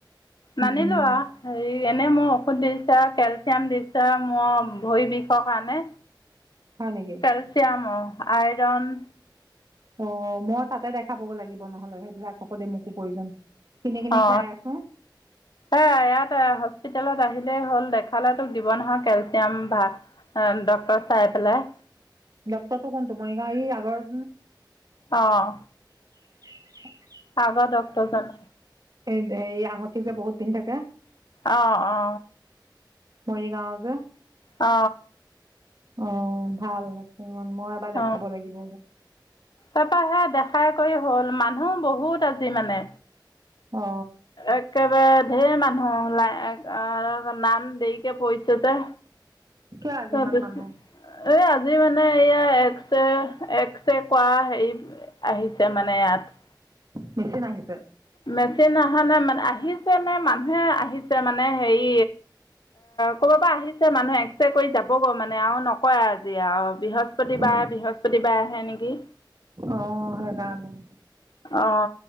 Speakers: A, on the left (about 65°); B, on the right (about 50°).
A: নানিলোৱা
B: উম
A: এই। এনেই মোৰ ঔষধ দিছো কেলচিয়াম দিছো মোৰ ভৰি বিষৰ কাৰণে।
B: হয় নেকি
A: কেলছিয়াম। আইৰণ।
B: অ মই তাতে দেখাব গৈ লাগিব নহলে সেইবিলাক ঔষধি মোকো প্ৰয়োজন। কিনি কিনি
A: অ
B: খাই আছো
A: এ ইয়তে হস্পিতেলত। আহিলে হ'ল দেখালে তোক দিব নহয় কেলচিয়াম বা অ ডক্তৰ এ চাই পেলাই
B: ডক্টৰটো কোনটো মৰিগাঁও এই আগৰ
A: আহ
B: <inaudible>
A: আগৰ ডক্টৰজন
B: হেৰি হেৰি আঙঠি যে বহুত পিন্ধি থাকে
A: অ অ
B: মৰিগাঁও যে
A: অ
B: অ ভাল মই এবাৰ দেখাব
A: অ
B: লাগিব
A: তাৰ পৰা সেই দেখাই কৰি হ'ল মানুহ বহুত আজি মানে
B: অ
A: একেব ধেৰ মানুহ ওলাই নাম দেৰিকে পৰিছে যে
B: কিয় আজি
A: তাৰপিছত
B: ইমান মানুহ
A: এই আজি মানে এয়া এক্সৰে এক্সৰে কৰা হেৰি আহিছে মানে ইয়াত
B: মেছিন নাহিছে
A: মেচিন অহা নাই মানে আহিছে নে মানুহে আহিছে মানে হেৰি ক'ৰব পৰা আহিছে মানুহে এক্স ৰে কৰি যাবগৈ মানে আৰু নকয় আজি আৰু বৃহস্পতিবাৰে
B: অ
A: বৃহস্পতিবাৰে আহে নেকি
B: অ সেইকাৰণে
A: অ